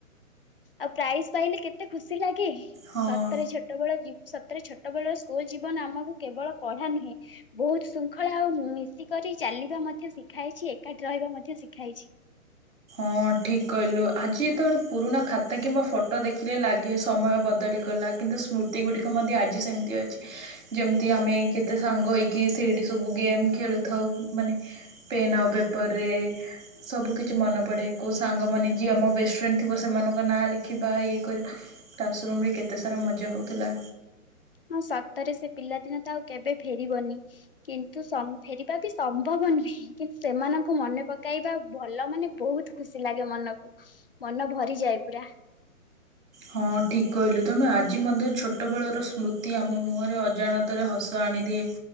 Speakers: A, on the left; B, on the right.
A: ଆଉ ପ୍ରାଇଜ୍ ପାଇଲେ କେତେ ଖୁସି ଲାଗ କି
B: ହଁ
A: ସତରେ ଛୋଟ ବେଳ ଜି ସ ରେ ଛୋଟ ବେଳର ସ୍କୁଲ ଜୀବନ ଆମକୁ କେବଳ ପଢା ନୁହେଁ ବହୁତ ଶୃଙ୍ଖଳା ଆଉ ମିଶିକରି ଚାଲିବା ମଧ୍ୟ ଶିଖାଇଛି ଏକାଠି ରହିବା ମଧ୍ୟ ଶିଖାଇଛି।
B: ହଁ ଠିକ୍ କହିଲୁ ଆଜି ଯେତେବେଳେ ପୁରୁଣା ଖାତା କିମ୍ବା ଫଟୋ ଦେଖିଲେ ଲାଗେ ସମୟ ବଦଳିଗଲା କିନ୍ତୁ ସ୍ମୃତି ଗୁଡ଼ିକ ମଧ୍ୟ ଆଜି ସେମିତି ଅଛି। ଯେମିତି ଆମେ କେତେ ସାଙ୍ଗ ହେଇକି ସେଇଠି ସବୁ ଗେମ୍ ଖେଳୁଥାଉ ମାନେ ପେନ୍ ଆଉ ପେପରରେ ସବୁ କିଛି ମନ ପଡ଼େ କୋଉ ସାଙ୍ଗମାନେ ଯିଏ ଆମ ବେଷ୍ଟଫ୍ରେଣ୍ଡ ଥିବ ସେମାନଙ୍କ ନାଁ ଲେଖିବା ଇଏ କରିବା କ୍ଲାସରୁୁମ୍ ରେ କେତେ ସାରା ମଜା ହେଉଥିଲା।
A: ହଁ ସତରେ ସେ ପିଲାଦିନ ତ ଆଉ କେବେ ଫେରିବନି କିନ୍ତୁ ସ ଫେରିବା ବି ସମ୍ଭବ ନୁହେଁ କିନ୍ତୁ ସେମାନଙ୍କୁ ମନେ ପକାଇବା ଭଲ ମାନେ ବହୁତ ଖୁସି ଲାଗେ ମନକୁ ମନ ଭରିଯାଏ ପୁରା।
B: ହଁ ଠିକ କହିଲୁ ତେଣୁ ଆଜି ମଧ୍ୟ ଛୋଟବେଳର ସ୍ମୃତି ଆମ ମୁହଁରେ ଅଜାଣତରେ ହସ ଆଣିଦିଏ